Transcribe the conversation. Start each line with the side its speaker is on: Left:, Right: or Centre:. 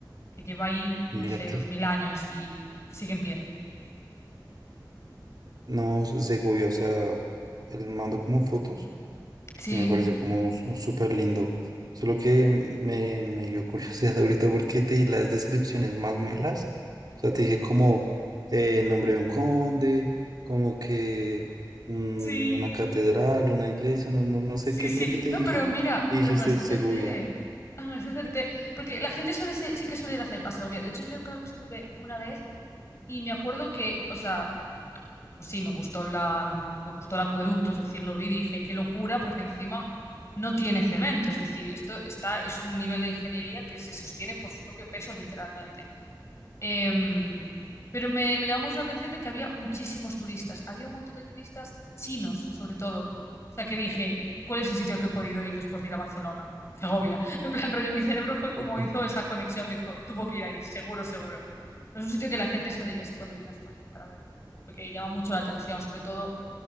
Left: que lleva ahí, no
Right: mira
Left: sé,
Right: que
Left: dos mil años y sigue en pie.
Right: no, Segovia, o sea, él mandó como fotos.
Left: Sí,
Right: que me pareció como su- súper lindo. Solo que me, me dio curiosidad ahorita porque te di las descripciones más malas. O sea, te dije como eh, nombre de un conde, como que un-
Left: sí,
Right: una catedral, una iglesia, no, no, no sé
Left: sí,
Right: qué
Left: sí.
Right: fue lo que te
Left: No,
Right: dije.
Left: pero mira,
Right: Y
Left: pero
Right: dijiste
Left: aún así
Right: Segovia.
Left: acerté. Aún así acerté. Porque la gente suele se- sí que suele ir a, Ce- a Segovia. De hecho, yo creo que estuve una vez y me acuerdo que, o sea, Pues sí, me gustó la, me, me gustó el acueducto, es decir, lo vi y dije, qué locura, porque encima no tiene cemento, es decir, esto está, es un nivel de ingeniería que se sostiene por su propio peso literalmente. Em, pero me, me llamó mucho la atención de que había muchísimos turistas. Había un montón de turistas chinos, sobre todo. O sea, que dije, ¿cuál es el sitio al que he podido ir después de ir a Barcelona? Segovia. <laughs> En plan, rollo, mi cerebro fue
Right: <laughs>
Left: como
Right: Ujú.
Left: hizo esa conexión. Dijo, tuvo que ir ahí, seguro, seguro. es un sitio que la gente suele ir así cuando viene a España para ver, porque llama mucho la atención, sobre todo,